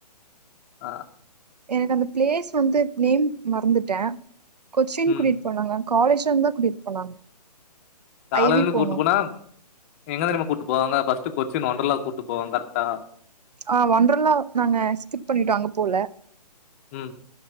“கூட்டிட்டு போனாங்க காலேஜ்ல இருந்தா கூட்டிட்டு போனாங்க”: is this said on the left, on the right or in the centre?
Right